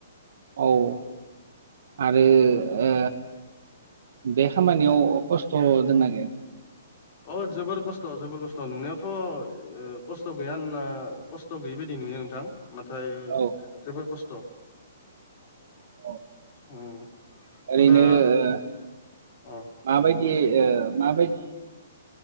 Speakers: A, on the right; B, on the left.
A: औ आरो ओ बे खामानियाव खस्थ' दंना गैया?
B: अ जोबोर खस्थ' जोबोर खस्थ' नुनायावथ' ओ खस्थ' गैया होनना खस्थ' गैयि बायदि नुयो नोंथां नाथाय
A: औ
B: जोबोर खस्थ'
A: औ
B: उम
A: ओरैनो
B: दा
A: ओ
B: अ
A: माबायदि ओ माबायदि